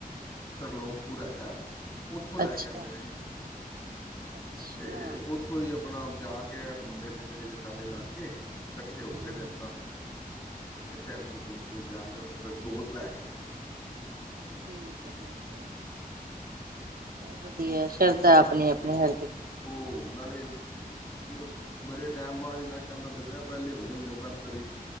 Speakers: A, on the left; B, on the right.
A: ਤਰਲੋਕ ਪੂਰ ਹੈਗਾ। ਉੱਥੋਂ ਲੈ
B: ਅੱਛਾ
A: ਕੇ ਆਉਂਦੇ ਨੇ ਜੀ।
B: ਅੱਛਾ
A: ਤੇ ਉੱਥੋਂ ਹੀ ਆਪਣਾ ਜਾ ਕੇ ਆ ਮੁੰਡੇ ਖੁੰਡੇ ਸਾਰੇ ਲੱਗ ਕੇ ਇਕੱਠੇ ਹੋ
B: ਹਮ
A: ਕੇ ਅਤੇ ਆਪਣਾ ਟੈਂਪੂ ਟੂਪੂ ਜਾ ਕੇ ਉੱਥੋਂ ਫਿਰ ਜੋਤ ਲੈ ਕੇ ਆਉਂਦੇ ਨੇ
B: ਠੀਕ ਹੈ, ਠੀਕ ਹੈ ਵਧੀਆ ਸ਼ਰਧਾ ਆਪਣੀ, ਆਪਣੀ ਹਰ ਕਿਸੇ
A: ਉਹ ਨਾਲੇ ਜਓ ਬੜੇ ਟਾਈਮ ਬਾਅਦ ਹੀ ਮੈਂ ਕਹਿੰਦਾ ਤੇ ਪਹਿਲੇ ਹੁੰਦੇ ਹੁੰਦੇ ਸਨ ਕਦੀ